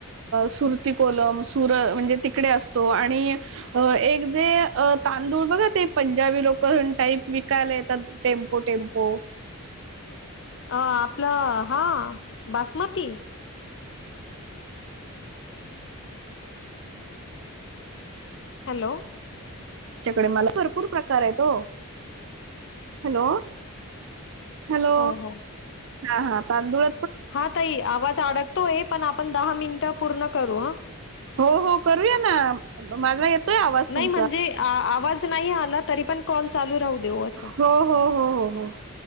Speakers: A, on the right; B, on the left.
A: सुरती कोलम सुर म्हणजे तिकडे असतो आणि एक जे अ तां तांदूळ बघा ते पंजाबी लोक टाईप विकायला येतात टेम्पो टेम्पो.
B: अ आपलं हा बासमती. हॅलो.
A: त्याच्याकडे मला भरपूर प्रकार आहे त ओ, हॅलो. हॅलो
B: हो हो.
A: हा हा तांदुळ
B: हा ताई आवाज अडकतोय पण आपण दहा मिनिटं पूर्ण करू हा.
A: हो हो करूया ना माझा आवाज
B: नाही
A: तुमचा
B: म्हणजे आवाज नाही आला तरी पण कॉल चालू राहू दे असं.
A: हो हो हो हो हो,